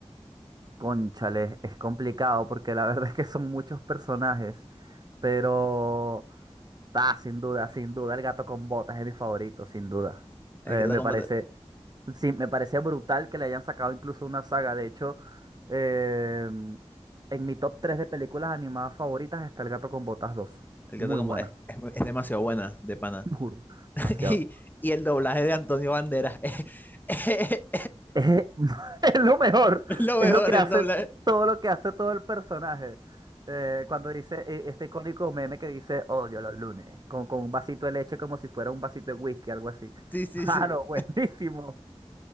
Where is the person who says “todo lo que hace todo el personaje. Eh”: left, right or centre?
Right